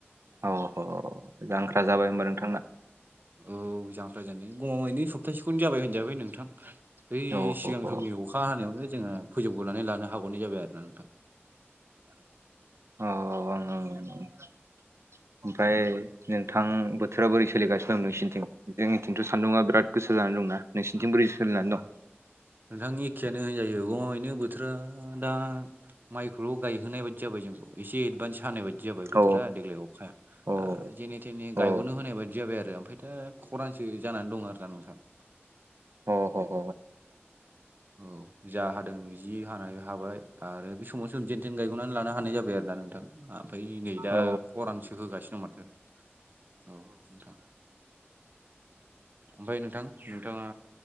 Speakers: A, on the right; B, on the right.
A: अ जांख्रा जाबाय होमबा नोंथांना ओ
B: औ जांख्रा जानाय गमामायैनो सप्तासेखौनो जाबाय होनजाबाय नोंथां बै
A: औ ह
B: सिगांआव
A: ह
B: नि अखा हानायावनो जोङो फोजोबग्रोनानै लानो हागौना जाबाय आरो।
A: औ आङो ओमफ्रायो नोंथां बोथोरा बोरै सोलिगासिनो दं नोंसिनिथिं जोंनिथिंथ' सान्दुङा बिराद गोसो जानानै दा नोंसिथिं बोरै सोलिनानै
B: अ
A: दं?
B: नोंथां एखेयानो होनजायो गमामायैनो बोथोरा दायो माइखौल' गायहोनाय बादि जाबाय जोंखौ एसे एडभान्स हानाय बायदि। जाबाय बोथोरा
A: औ
B: देग्लाय अखाया
A: औ
B: ओ जेनेना थेने
A: औ
B: गायग'नो होनाय बायदि जाबाय आरो ओमफ्राय दा खरानसो जानानै दं आरोना नोंथां ओ
A: अ ह ह
B: औ। जा हादों जि हानाय हाबाय आरो बे समाव सोम जेन थेन गायग'नानै लानो हानाय जाबाय आरोना नोंथाङा। ओमफ्राय नै दा
A: औ
B: खरानसो होगासिनो दं माथो। औ नोंथां ओमफ्राय नोंथां नोंथाङा